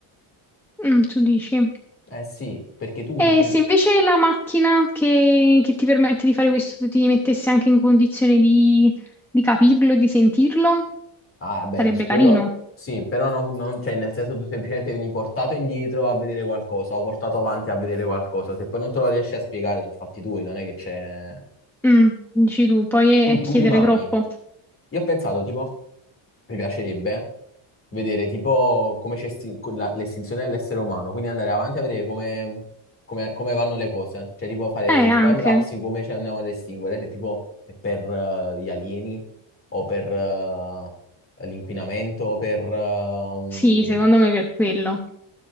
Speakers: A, in the centre; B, on the left.
A: mm, tu dici.
B: Eh sì, perché tu,
A: E
B: il-
A: se invece la macchina che, che ti permette di fare questo ti mettesse anche in condizione di, di capirlo e di sentirlo,
B: ah beh,
A: sarebbe
B: su quello
A: carino.
B: sì, però non, non- cioè nel senso tu semplicemente vieni portato indietro a vedere qualcosa o portato avanti a vedere qualcosa, se poi non te lo riesci a spiegare sono fatti tuoi, non è che c'è...
A: Mm, dici tu, poi
B: Tu,
A: è, è
B: tu
A: chiedere
B: rimani.
A: troppo.
B: Io ho pensato tipo... mi piacerebbe vedere tipo come c'è esti- la- l'estinzione dell'essere umano, quindi andare avanti a vedere come, come- come vanno le cose, cioè tipo fare
A: Eh,
B: il
A: anche.
B: time lapse di come ci andiamo ad estinguere, se tipo è per eh, gli alieni o per eh, l'inquinamento o per eh, un...
A: Sì, secondo me per quello.